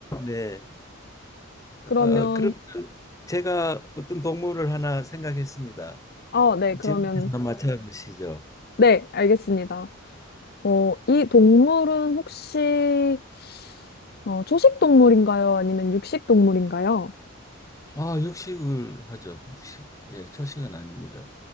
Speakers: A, on the left; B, on the left.
A: 네.
B: 그러면,
A: 어, 그러면 제가 어떤 동물을 하나 생각했습니다.
B: 아, 네, 그러면,
A: 질문서 한번 맞춰보시죠.
B: 네, 알겠습니다. 어, 이 동물은 혹시, 어, 초식 동물인가요? 아니면 육식 동물인가요?
A: 아, 육식을 하죠. 육식. 예, 초식은 아닙니다.